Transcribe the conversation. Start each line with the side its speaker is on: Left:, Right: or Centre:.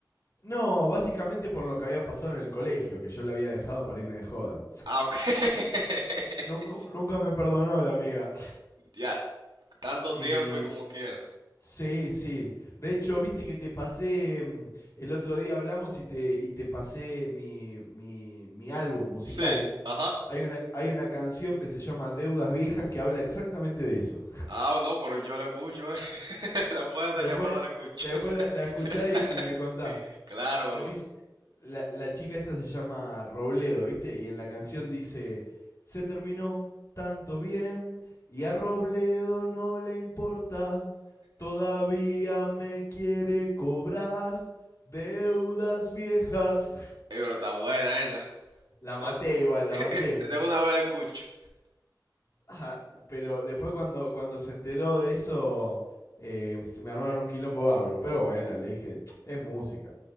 Left: no, básicamente por lo que había pasado en el colegio, que yo la había dejado para irme de joda.
Right: Ah, ok. <laughs>
Left: Nun- nunca me perdonó la amiga.
Right: Ya, tanto
Left: Y
Right: tiempo y como quiera.
Left: Sí, sí. De hecho, viste que te pasé, mm, el otro día hablamos y te, y te pasé mi, mi, mi álbum musical.
Right: Sí, ajá.
Left: Hay una, hay una canción que se llama Deudas Viejas que habla exactamente de eso.
Right: Ah, no, pero yo la escucho, eh. <laughs> Después de esta
Left: Después,
Right: llamada la escucho.
Left: después
Right: <laughs>
Left: la, la escuchás y, y me contás.
Right: Claro,
Left: Pues
Right: lo.
Left: dice, la, la chica esta se llama Robledo, ¿viste? Y en la canción dice, se terminó tanto bien y a Robledo no le importa, todavía me quiere cobrar deudas viejas.
Right: Eh, pero está buena esa.
Left: La
Right: De
Left: maté
Right: un-
Left: igual,
Right: <laughs>
Left: la maté.
Right: de una vez la escucho.
Left: Ah, pero después cuando, cuando se enteró de eso, eh, se me armaron un quilombo bárbaro. Pero bueno, le dije, es música.